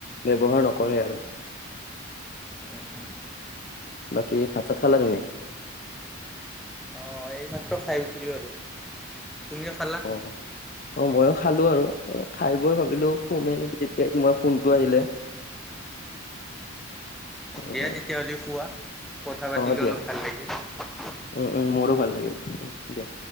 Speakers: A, on the left; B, in the centre.
A: ব্যৱহাৰ নকৰে আৰু
B: উম উম
A: বাকী ভাত চাত খালা তুমি?
B: হয়, এইমাত্ৰ খাই উঠিলোঁ আৰু তুমিও খালা
A: অ', - অ', মইও খালোঁ আৰু খাই বৈ ভাবিলোঁ শুমে নেকি তেতিয়াই তোমাৰ ফোনটো আহিলে উম
B: দিয়া
A: উম
B: তেতিয়াহ'লে শোৱা কথা পাতি
A: অ
B: ললোঁ
A: দিয়া
B: ভাল লাগিল
A: উম',
B: দিয়া
A: উম', মোৰো ভাল লাগিল উ', দিয়া